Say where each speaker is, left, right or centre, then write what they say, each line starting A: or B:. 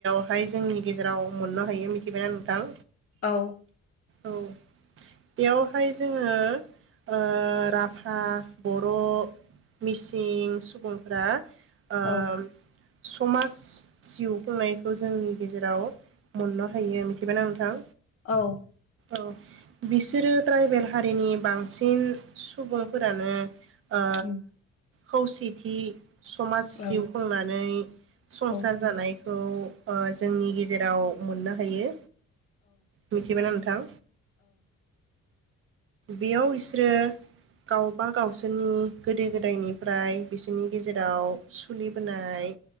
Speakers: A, on the right; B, on the left.
A: फ्राय जोंनि गेजेराव मोननो हायो मिथिबायना नोंथां?
B: औ।
A: औ बेयावहाय जोङो ओ राभा बर', मिसिं, सुबुंफोरा ओ
B: औ
A: समाज जिउ खुंनायखौ जोंनि गेजेराव मोननो होयो मिथिबाय ना नोंथां?
B: औ।
A: औ। बिसोरो ट्राइबेल हारिनि बांसिन सुबुंफोरानो ओ
B: उम
A: खौसेथि समाज
B: औ
A: जिउ
B: उम औ
A: खुंनानै संसार
B: औ
A: जानाय खौ जोंनि गेजेराव मोननो हायो। मिथिबायना नोंथां? बेयाव बिसोरो गावबा गावसोरनि गोदो गोदायनि फ्राय बिसोरनि गेजेराव सोलिबोनाय